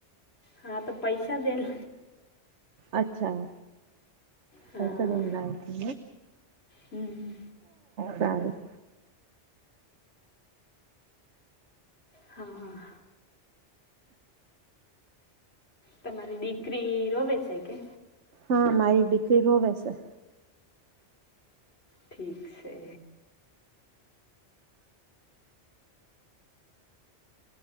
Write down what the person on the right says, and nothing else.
અચ્છા.
પૈસા દન છે
સારું.
હા મારી દીકરી રોવે છે.